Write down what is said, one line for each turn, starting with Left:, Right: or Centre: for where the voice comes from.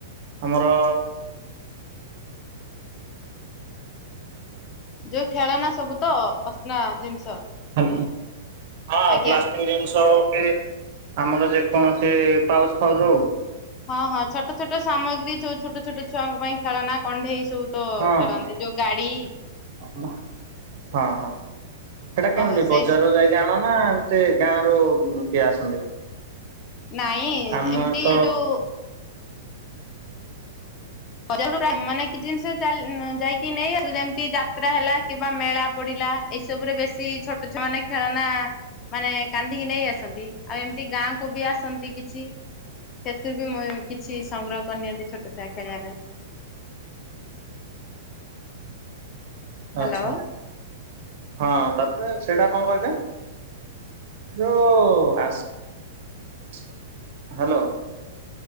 Right: ଆମର
Left: ଯୋଉ ଖେଳନା ସବୁ ତ ଅସ୍ନା ଜିନିଷ।
Right: ହାଲୋ ହଁ
Left: ଆଜ୍ଞା।
Right: ପ୍ଲାଷ୍ଟିକ ଜିନିଷ ହୋଉ। ଆମର ଯେକୌଣସି ପାଉଚ ଫାଉଜ ହଉ।
Left: ହଁ ହଁ ଛୋଟ ଛୋଟ ସାମଗ୍ରୀ ଚୋଉ ଛୋଟ ଛୋଟ ଛୁଆଙ୍କ ପାଇଁ ଖେଳନା କଣ୍ଢେଇ ସବୁ ତ
Right: ହଁ
Left: ଖେଳନ୍ତି ଯୋଉ ଗାଡି।
Right: ଅ ହଁ ହଁ। ସେଟା କେମିତି
Left: ଓହୋ ସେଇ
Right: ବଜାରରୁ ଯାଇକି ଆଣ ନା ଏ ସେ ଗାଁ ର କିଏ ଆସନ୍ତି।
Left: ନାଇଁ
Right: ଆମେ
Left: ଏମିତି
Right: ତ
Left: ଯୋଉ। ବଜାରରୁ ପ୍ରାୟ ମାନେ କିଛି ଜିନିଷ ଚା ଯାଇକି ନେଇ ଯେମତି ଯାତ୍ରା ହେଲା କିବା ମେଳା ପଡି ଏଇସବୁ ରେ ବେଶୀ ଛୋଟ ଛୁ ମାନେ ଖେଳନା ମାନେ କାନ୍ଦିକି ନେଇ ଆସନ୍ତି ଆଉ ଏମିତି ଗାଁକୁ ବି ଆସନ୍ତି କିଛି। ସେଥିରୁ ବି ମୁଁ କିଛି ସଂଗ୍ରହ କରିନିଅନ୍ତି ଛୋଟ ଛୁଆ ଖେଳିବା ପାଇଁ। ହ୍ୟାଲୋ
Right: ଆଛା ହଁ ତାପରେ ସେଇଟା କଣ କହିଲେ ଯୋଉ। ଆସ ହ୍ୟାଲୋ।